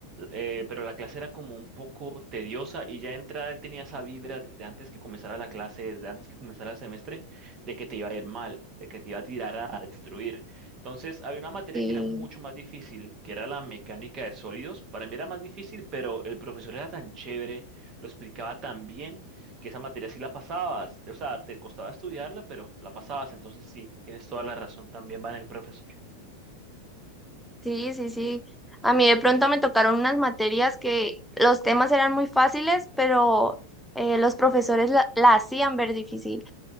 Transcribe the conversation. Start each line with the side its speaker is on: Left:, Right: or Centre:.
Right: eh, pero la clase era como un poco tediosa y ya de entrada él tenía esa vibra desde antes que comenzara la clase, desde antes que comenzara el semestre, de que te iba a ir mal, de que te iba a tirar a destruir. Entonces, había una materia
Centre: Sí.
Right: que era mucho más difícil, que era la mecánica de sólidos. Para mí era más difícil, pero el profesor era tan chévere, lo explicaba tan bien, que esa materia sí la pasabas. O sea, te costaba estudiarla, pero la pasabas. Entonces, sí, tienes toda la razón. También va en el profesor.
Centre: Sí, sí, sí. A mí de pronto me tocaron unas materias que los temas eran muy fáciles, pero eh, los profesores la, la hacían ver difícil.